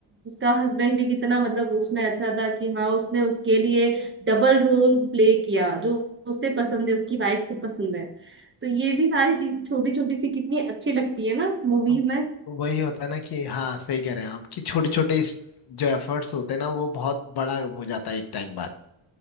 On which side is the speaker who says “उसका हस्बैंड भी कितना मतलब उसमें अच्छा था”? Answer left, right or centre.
Right